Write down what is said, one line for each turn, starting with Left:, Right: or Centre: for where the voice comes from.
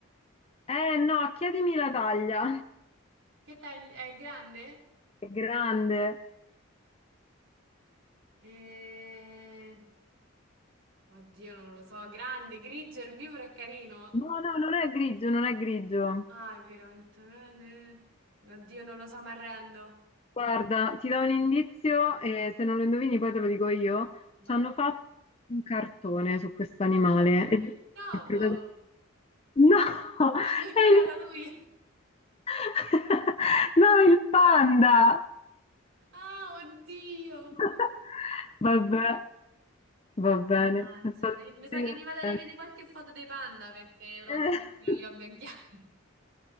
Left: Eh no, chiedimi la taglia.
Right: Che taglio? È grande?
Left: È grande.
Right: Eh, Oddio, non lo so. Grande, grigio, erbivoro e carino.
Left: No, no, non è grigio, non è grigio.
Right: Ah, è vero, ho detto. eh, eh. Oddio, non lo so, mi arrendo.
Left: Guarda, ti do un indizio e se non lo indovini poi te lo dico io.
Right: Vai.
Left: Ci hanno fatto un cartone su questo animale.
Right: Ah,
Left: E
Right: il topo!
Left: il protagonista- No, <laughs>
Right: <laughs> Non
Left: è
Right: era
Left: il...
Right: da lui.
Left: <laughs> no, il panda.
Right: Ah, oddio.
Left: <laughs> Vabbè, va bene,
Right: Mannaggia,
Left: è stato
Right: mi, mi sa
Left: divertente.
Right: che mi vado a rivedere qualche foto dei panda perché probabilmente
Left: <laughs>
Right: non li ho ben chiari.